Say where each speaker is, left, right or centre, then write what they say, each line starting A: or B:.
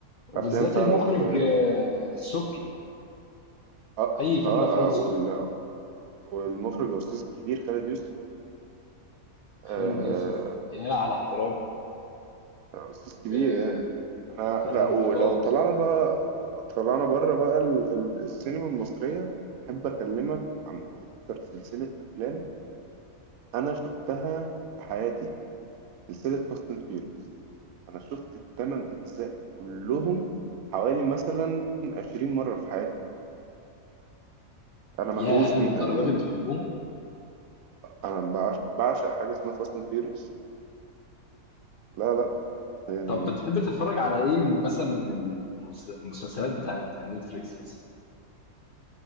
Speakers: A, on the left (about 75°); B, on the right (about 75°).
A: وبالذات
B: الأفلام فعلا
A: المخرج
B: مش طبيعية
A: آه، السبكي
B: أه
A: اي فيلم
B: أه
A: اخراج السبكي
B: آه، وال... والمخرج الأستاذ الكبير خالد يوسف
A: خالد
B: آه،
A: يوسف يا على احترام
B: استاذ كبير
A: آه،
B: يعني انا
A: فنان
B: لا ولو
A: محترم
B: طلعنا بقى لو طلعنا بره بقى ال- ال- السينما المصرية احب اكلمك عن اكتر سلسلة افلام انا شفتها في حياتي سلسلة فاست اند فيوريوس انا شفت الثمان اجزاء كلهم حوالي مثلا 20 مرة في حياتي انا مهووس
A: يا
B: بيها
A: للدرجه
B: يعني
A: دي بتحبهم
B: انا بعش- بعشق حاجة اسمها فاست اند فيوريوس لا لا يعني،
A: طب بتحب تتفرج على ايه مثلا من المس- المسلسلات بتاعت نتفليكس مثلا